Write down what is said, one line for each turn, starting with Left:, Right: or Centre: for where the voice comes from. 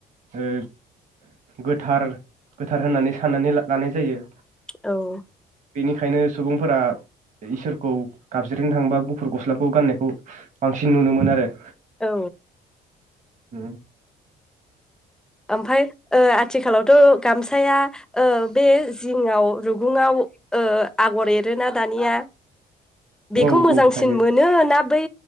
Right: ओ गोथार गोथार होननानै साननानै लानाय जायो
Centre: औ
Right: बेनिखायनो सुबुंफोरा इसोरखौ गाबज्रिनो थांबा गुफुर गस्लाखौ गाननायखौ बांसिन नुनो मोनो आरो
Centre: औ
Right: उम
Centre: ओमफ्राय ओ आथिखालावथ' गामसाया ओ बे जिङाव रुगुङाव ओ आगर एरोना दानिया बेखौ
Right: औ
Centre: मोजांसिन
Right: औ थायो
Centre: मोनो ना बै